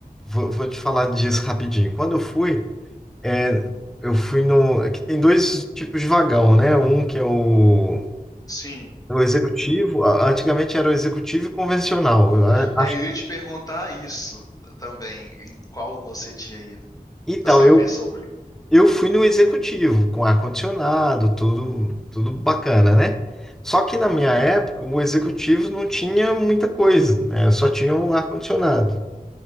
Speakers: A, in the centre; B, on the left (about 25°).
A: vou, vou te falar disso rapidinho. Quando eu fui, É, eu fui no. é que tem dois tipos de vagão, né? Um que é o,
B: Sim.
A: é o executivo. a- Antigamente era o executivo e convencional. Eu a-
B: É,
A: acho-
B: eu ia te perguntar isso t- também, em qual você tinha ido,
A: Então,
B: pra saber
A: eu,
B: sobre.
A: eu fui no executivo, com ar-condicionado, tudo, tudo bacana, né? Só que na minha época, o executivo não tinha muita coisa, né? Só tinha o ar-condicionado.